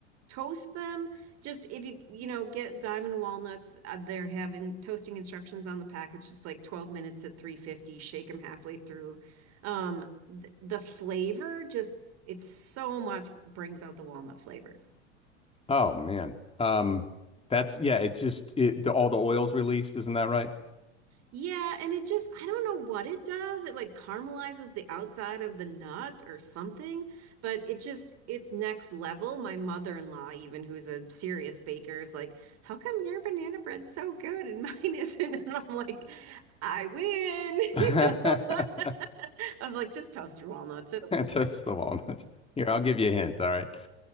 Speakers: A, on the right; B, on the left.
A: toast them. Just if you, you know, get diamond walnuts, uh, they're having toasting instructions on the packets. just like 12 minutes at 350, shake them halfway through. Um, th- the flavor just, it's so much brings out the walnut flavor.
B: Oh man. Um that's yeah, it just it the, all the oil's released, isn't that right?
A: Yeah, and it just, I don't know what it does. It like caramelizes the outside of the nut or something, but it just, it's next level. My mother-in-law, even who's a serious baker, is like, How come your banana bread's so good and mine isn't? <laughs> And I'm like, I win. <laughs>
B: <laughs>
A: You know? <laughs> I was like, just toast your walnuts. It'll be
B: Toast
A: fine.
B: the walnuts. Here, I'll give you a hint, all right.